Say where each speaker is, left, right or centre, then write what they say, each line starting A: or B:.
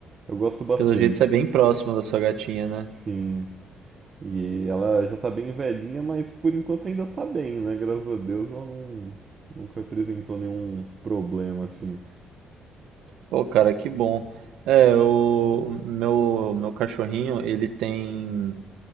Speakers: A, on the right (about 40°); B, on the right (about 85°).
A: Eu gosto bastante,
B: pelo jeito você é bem próximo da sua gatinha, né?
A: sim. E ela já tá bem velhinha, mas por enquanto ainda tá bem, né? Graças a Deus ela não, nunca apresentou nenhum problema assim.
B: Pô, cara, que bom. É, o meu, meu cachorrinho, ele tem.